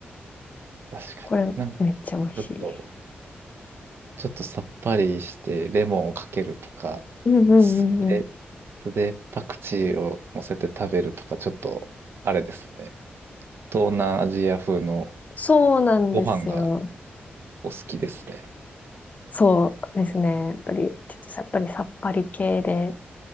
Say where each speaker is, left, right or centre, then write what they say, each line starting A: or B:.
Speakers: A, on the right (about 65°); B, on the left (about 40°).
A: う。確かに。
B: これめっちゃ美味しい。
A: なんちょっと、ちょっとさっぱりしてレモンをかけるとか、
B: うんうんうんうん。
A: それ、それでパクチーを乗せて食べるとか、ちょっとあれですね。東南アジア風の
B: そうなんですよ。
A: ご飯がお好きですね。
B: そうですね。やっぱり、ちょっとやっぱりさっぱり系で